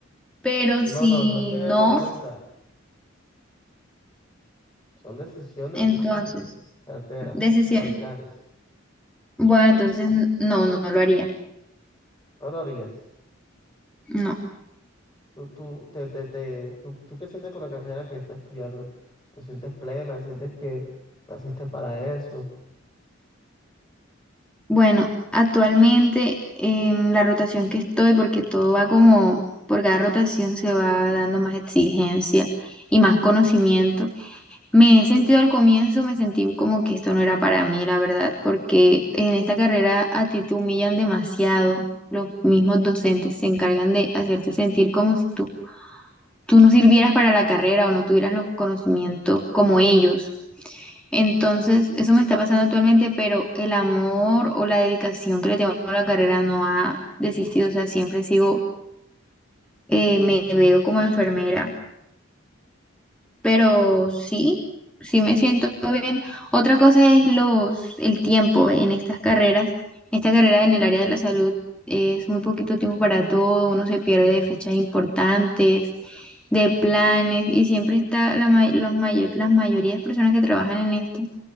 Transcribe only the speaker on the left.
No, no, no es tenerlo
en cuenta, son decisiones
carteras,
radicales.
No lo harías.
Tú, tú, te, te, te- tú, ¿tú qué sientes con la carrera que estás estudiando? ¿Te sientes plena? ¿Sientes que naciste para eso?